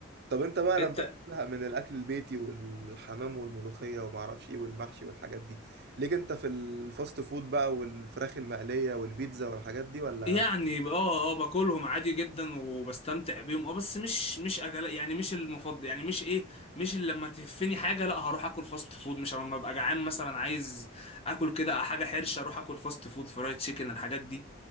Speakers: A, on the right; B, on the left.
A: طب أنت بقى
B: انت
A: لما بتزهق من الأكل البيتي والحمام والملوخية ومعرفش إيه والمحشي والحاجات دي ليك أنت في الفاست فود بقى والفراخ المقلية والبيتزا والحاجات دي ولا
B: يعني اه اه باكلهم عادي جدا وبستمتع بيهم اه بس مش مش اكل يعني مش المفضل يعني مش ايه مش اللي لما تهفني حاجه لا هروح اكل فاست فود مش لما ابقى جعان مثلا عايز اكل كده حاجه حرشه اروح اكل فاست فود فرايد تشيكن الحاجات دي